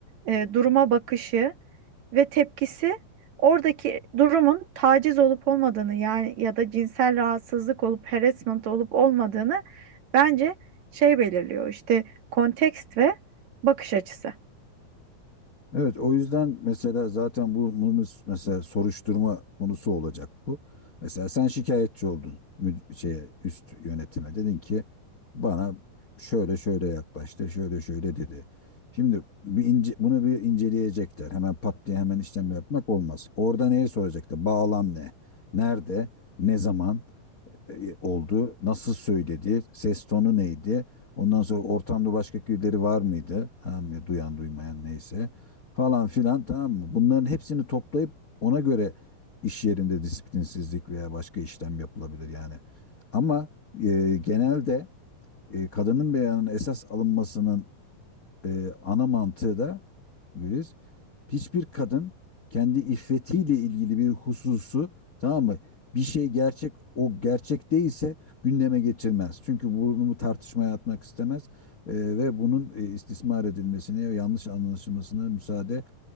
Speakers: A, on the right; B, on the left.
A: e, duruma bakışı ve tepkisi oradaki durumun taciz olup olmadığını yani ya da cinsel rahatsızlık olup harassment olup olmadığını bence şey belirliyor. İşte kontekst ve bakış açısı.
B: Evet o yüzden mesela zaten bu bu mesela soruşturma konusu olacak bu. Mesela sen şikayetçi oldun müd- şeye, üst yönetime dedin ki bana şöyle şöyle yaklaştı, şöyle şöyle dedi. Şimdi bir ince, bunu bir inceleyecekler. Hemen pat diye hemen işlem yapmak olmaz. Orada neye soracaklar? Bağlam ne? Nerede? Ne zaman? e, e, oldu? Nasıl söyledi? Ses tonu neydi? Ondan sonra ortamda başka birileri var mıydı? Tamam mı? Duyan duymayan neyse. Falan filan tamam mı? Bunların hepsini toplayıp ona göre iş yerinde disiplinsizlik veya başka işlem yapılabilir yani. Ama e, genelde e, kadının beyanının esas alınmasının e, ana mantığı da Güliz, hiçbir kadın kendi iffetiyle ilgili bir hususu tamam mı? Bir şey gerçek o gerçek değilse gündeme getirmez. Çünkü bunu tartışmaya atmak istemez e, ve bunun e, istismar edilmesine ya yanlış anlaşılmasına müsaade